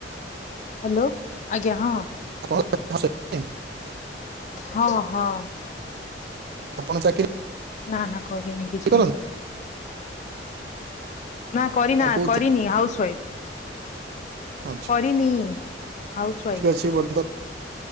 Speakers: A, on the left (about 40°); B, on the right (about 60°).
A: ହାଲୋ ଆଜ୍ଞା ହଁ।
B: <unintelligible>
A: ହଁ- ହଁ।
B: ଆପଣ ଚାକିରି
A: ନା ନା କରିନି କିଛି।
B: କରନ୍ତି
A: ନା କରିନା
B: ହଁ କୋଉଥିରେ
A: କରିନି ହାଉସ ୱାଇଫ୍।
B: ଆଚ୍ଛା
A: କରିନି ହାଉସୱାଇଫ।
B: ଠିକ୍ ଅଛି ବର୍ତ୍ତମାନ